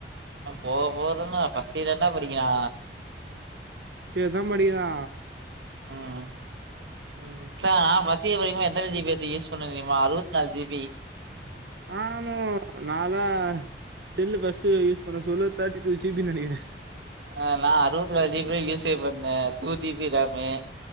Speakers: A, on the right (about 85°); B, on the right (about 70°).
A: போவ போவதான்ன ஃபர்ஸ்ட் இயர் தான படிகிறா
B: ஃபர்ஸ்ட் இயர்தா படிகிதா
A: ம்
B: ம்
A: இதா நா ஃபர்ஸ்ட் இயர் படிக்கும் போது எத்தன ஜி பி வச்சி யூஸ் பண்ணுவே தெரியுமா அறுபத்தி நாலு ஜி பி
B: ஆனா நாலா செல்லு ஃபர்ஸ்ட் யூஸ் பண்ண சொல்ல தேர்ட்டி டூ ஜி பின்னு நெனைக்கிறே
A: ஆ நா அறுபத்தி நாலு ஜி பி தா யூசே பண்ணே டூ ஜிபி ராம்